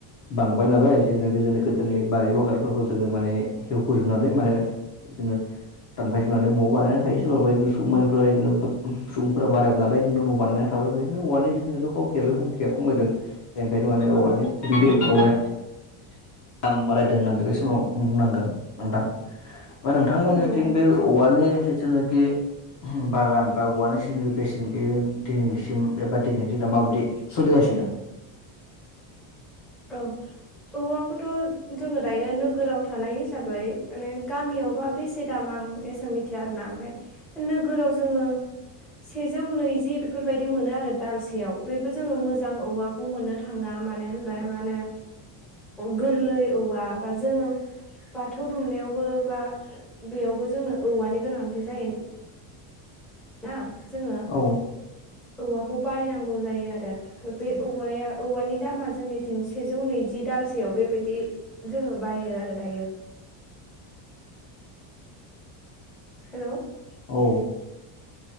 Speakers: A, on the left (about 35°); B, in the centre.
A: बांबाय नालाय जे जनो गोदोनि गोदोनि बारि बगानफोरखौ जोङो माने हेवखजोबनानै माने बिदिनो दानफाय जोमनानै न'आव बानायनानै थायो सोरबाबा बिदिनो संनायफोरा बिदिनो सुबुंफोरा बारायबाय नालाय बिदिनो बानायना थाबाय बिदिनो औवानि जिथुनु हंखिया बे हंखिया खमायदों ओंखायनो माने औवानि दो औवाया दाम बारायदों होननानै बै समाव बुंनांगोन नोंथां बा नोंथांमोननिथिं
B: नंगौ औ
A: बे औवानि जिथुनाखि बागान बा औवानि जिथुनाखि बेसेन बे दिनैसिम एबा दिनैनि दिनाव माबायदि सोलिगासिनो
B: औ औवाखौथ' जोङो दायो नोगोराव थानाय हिसाबै माने गामियावबा बेसे दाम आं एसां मिथिया आरोना ओमफाय नोगोराव जोङो सेजौ नैजि बेफोरबायदि मोनो आरो दालसेयाव बेबो जोङो मोजां औवा खौ मोननो थाङा मानो होनबा माने गोरलै औवा बा जोङो बाथौ दुमनायावबो बा बेयावबो जोंनो औवानि गोनांथि जायो ना जोङो
A: औ
B: औवाखौ बायनांगौ जायो आरो बे औवाया औवानि दामा जोंनिथिं सेजौ नैजि दालसेयाव बेबायदि जोङो बायो आरो दायो हेलौ
A: औ